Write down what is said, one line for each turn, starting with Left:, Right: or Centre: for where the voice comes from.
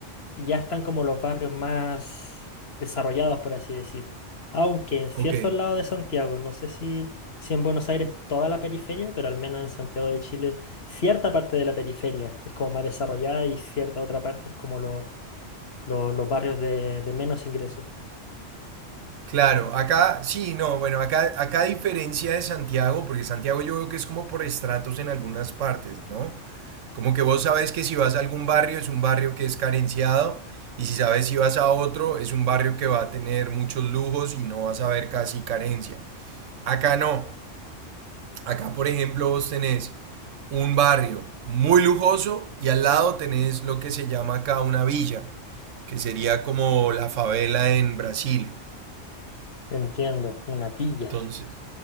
Left: ya están como los barrios más desarrollados, por así decir. Aunque en ciertos
Right: Ok.
Left: lados de Santiago, no sé si, si en Buenos Aires toda la periferia, pero al menos en Santiago de Chile, cierta parte de la periferia es como más desarrollada y cierta otra parte es como lo- lo- los barrios de de menos ingresos.
Right: Claro, acá sí, no, bueno, acá, acá a diferencia de Santiago, porque Santiago yo veo que es como por estratos en algunas partes, ¿no? Como que vos sabes que si vas a algún barrio es un barrio que es carenciado y si sabes si vas a otro es un barrio que va a tener muchos lujos y no vas a ver casi carencia. Acá no, acá por ejemplo vos tenés un barrio muy lujoso y al lado tenés lo que se llama acá una villa, que sería como la favela en Brasil.
Left: Entiendo, una villa.
Right: Entonces...